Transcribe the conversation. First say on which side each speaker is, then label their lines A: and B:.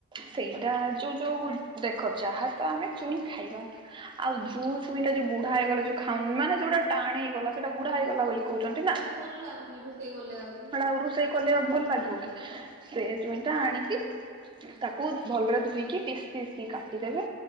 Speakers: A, on the right; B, on the right.
A: ସେଇଟା ଯୋଉ ଯୋଉ ଦେଖ ଯାହା ତ ଆମେ ଚୁଇଁ ଖାଇବା। ଆଉ ଯୋଉ ଛୁଇଁଟା ଯୋଉ ବୁଢ଼ା ହେଇଗଲେ ଯୋଉ ଖାଉନୁ ମାନେ ଯୋଉଟା ଟାଣେ ହେଇଗଲା? ସେଟା ବୁଢ଼ା ହେଇଗଲା ବୋଲି କୋହୁଚନ୍ତି ନା?
B: ଭଲ୍ ଲାଗୁନେଇ ରୋଷେଇ ସେ ଗଲେ ଆହୁରି।
A: ସେଟା ଆଉ ରୁଷେଇ କଲେ ଆଉ ଭଲ୍ ଲାଗିବ କି ସେ ଛୁଇଁ
B: ନାଇଁ
A: ଟା ଆଣିକି ତାକୁ ଭଲରେ ଧୋଇକି ପିସ୍ ପିସ୍ କି କାଟି ଦେବେ